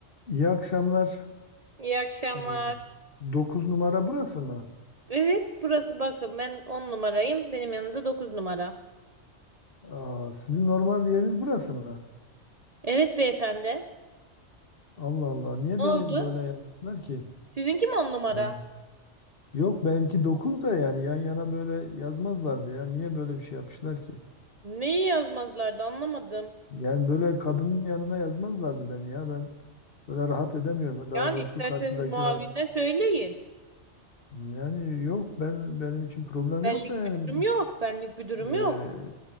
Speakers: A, on the left; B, on the right.
A: İyi akşamlar.
B: İyi akşamlar.
A: Ee, 9 numara burası mı?
B: Evet, burası bakın ben 10 numarayım. Benim yanımda 9 numara.
A: Aa, sizin normal yeriniz burası mı?
B: Evet beyefendi.
A: Allah Allah. Niye
B: Ne oldu?
A: beni böyle yazmışlar ki?
B: Sizinki mi 10 numara?
A: Yani, yok benimki 9 da yani yan yana böyle yazmazlardı ya. Niye böyle bir şey yapmışlar ki?
B: Neyi yazmazlardı anlamadım.
A: Yani böyle kadının yanına yazmazlardı beni ya. Ben böyle rahat edemiyorum. Daha
B: Yani
A: doğrusu
B: isterseniz
A: karşıdaki
B: muavine
A: rahat.
B: söyleyin.
A: Yani yok ben benim için problem
B: Benlik
A: yok da yani
B: bir durum yok. Benlik bir durum
A: eee,
B: yok.